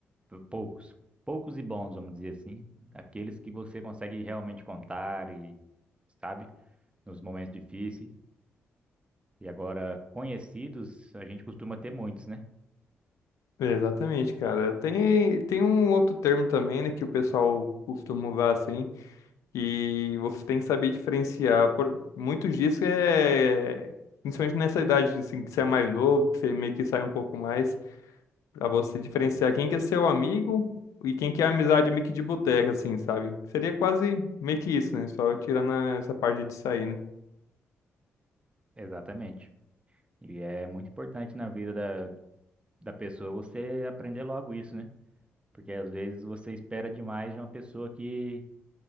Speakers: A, on the right; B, on the left.
A: poucos, poucos e bons, vamos dizer assim, aqueles que você consegue realmente contar e, sabe, nos momentos difíceis. E agora, conhecidos, a gente costuma ter muitos, né?
B: Exatamente, cara. Tem, tem um outro termo também, né, que o pessoal costuma usar assim, e você tem que saber diferenciar. Por, muitos disso é, principalmente nessa idade, assim, que você é mais novo, que você meio que sai um pouco mais. Pra você diferenciar quem que é seu amigo e quem que é amizade meio que de boteca, assim, sabe? Seria quase meio que isso, né? Só tirando a- essa parte de sair, né?
A: Exatamente. E é muito importante na vida da, da pessoa você aprender logo isso, né? Porque às vezes você espera demais de uma pessoa que